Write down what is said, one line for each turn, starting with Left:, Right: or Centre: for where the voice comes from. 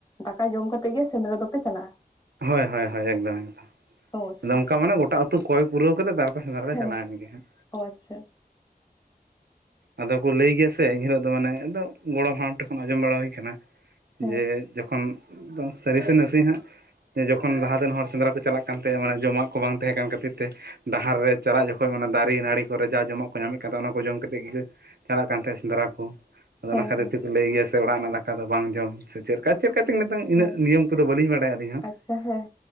Left: ᱫᱟᱠᱟ ᱡᱚᱢ ᱠᱟᱛᱮᱫ ᱜᱮ ᱥᱮᱸᱫᱽᱨᱟ ᱫᱚᱯᱮ ᱪᱟᱞᱟᱜᱼᱟ᱾
Right: ᱦᱳᱭ ᱦᱳᱭ ᱦᱳᱭ ᱮᱠᱫᱚᱢ ᱮᱠᱫᱚᱢ
Left: ᱚ ᱟᱪᱪᱷᱟ
Right: ᱟᱫᱚ ᱚᱱᱠᱟ ᱢᱟᱱᱮ ᱜᱚᱴᱟ ᱟᱛᱩ ᱠᱚᱭ ᱯᱩᱨᱟᱹᱣ ᱠᱟᱛᱮᱫ <unintelligible> ᱥᱮᱸᱫᱽᱨᱟ ᱞᱮ
Left: ᱦᱮᱸ
Right: ᱪᱟᱞᱟᱣ ᱮᱱ ᱜᱮ ᱦᱟᱸᱜ
Left: ᱚ ᱟᱪᱪᱷᱟ᱾
Right: ᱟᱫᱚ ᱠᱚ ᱞᱟᱹᱭ ᱜᱮᱭᱟ ᱥᱮ ᱮᱱᱦᱤᱞᱳᱜ ᱫᱚ ᱢᱟᱱᱮ ᱟᱫᱚ ᱜᱚᱲᱚᱢ ᱦᱟᱲᱟᱢ ᱴᱷᱮᱱ ᱠᱷᱚᱱ ᱟᱸᱡᱚᱢ ᱵᱟᱲᱟ ᱦᱩᱭ ᱟᱠᱟᱱᱟ
Left: ᱦᱮᱸ
Right: ᱡᱮ ᱡᱚᱠᱷᱚᱱ ᱥᱟᱹᱨᱤ ᱥᱮ ᱱᱟᱥᱮ ᱦᱟᱸᱜ <unintelligible> ᱡᱚᱠᱷᱚᱱ ᱞᱟᱦᱟ ᱛᱮᱱ ᱦᱚᱲ ᱥᱮᱸᱫᱽᱨᱟ ᱠᱚ ᱪᱟᱞᱟᱜ ᱠᱟᱱ ᱛᱟᱦᱮᱸᱫ ᱢᱟᱱᱮ ᱡᱚᱢᱟᱜ ᱠᱚ ᱵᱟᱝ ᱛᱟᱦᱮᱸ ᱠᱟᱱ ᱠᱷᱟᱹᱛᱤᱨ ᱛᱮ ᱰᱟᱦᱟᱨ ᱨᱮ ᱪᱟᱞᱟᱜ ᱡᱚᱠᱷᱚᱱ ᱚᱱᱟ ᱫᱟᱨᱮ ᱱᱟᱹᱲᱤ ᱠᱚᱨᱮ ᱡᱟ ᱡᱚᱢᱟᱜ ᱠᱚ ᱧᱟᱢᱮᱫ ᱠᱟᱱ ᱛᱟᱦᱮᱸᱱᱟ ᱚᱱᱟ ᱠᱚ ᱡᱚᱢ ᱠᱟᱛᱮᱫ ᱜᱮ ᱪᱟᱞᱟᱜ ᱠᱟᱱ ᱛᱟᱦᱮᱸᱫ ᱥᱮᱸᱫᱽᱨᱟ ᱠᱚ ᱟᱫᱚ
Left: ᱦᱮᱸ
Right: ᱠᱷᱟᱛᱤᱨ
Left: ᱦᱮᱸ
Right: ᱛᱮ ᱠᱚ ᱞᱟᱹᱭ ᱜᱮᱭᱟ ᱥᱮ ᱚᱲᱟᱜ ᱨᱮᱱᱟᱜ ᱫᱟᱠᱟ ᱫᱚ ᱵᱟᱝ ᱡᱚᱢ ᱥᱮ ᱪᱮᱫ ᱞᱮᱠᱟ ᱪᱮᱫ ᱞᱮᱠᱟ ᱪᱚᱝ ᱱᱤᱛᱚᱝ ᱤᱱᱟᱹᱜ
Left: ᱚ
Right: ᱱᱤᱭᱚᱢ ᱠᱚᱫᱚ ᱵᱟᱹᱞᱤᱧ ᱵᱟᱲᱟᱭᱟ ᱟᱹᱞᱤᱧ ᱦᱚᱸ
Left: ᱟᱪᱪᱷᱟ ᱦᱮᱸ